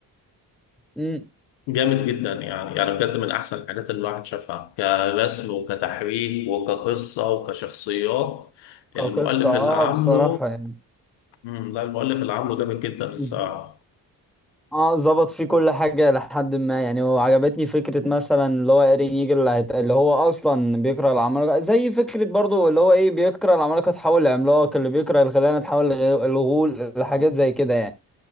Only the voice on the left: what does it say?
جامد جدا يعني يعني بجد من احسن الحاجات اللي الواحد شافها كرسم وكتحريك وكقصه وكشخصيات
المؤلف
اللي عامله
مم، لا المؤلف اللي عامله جامد جدا
الصراحه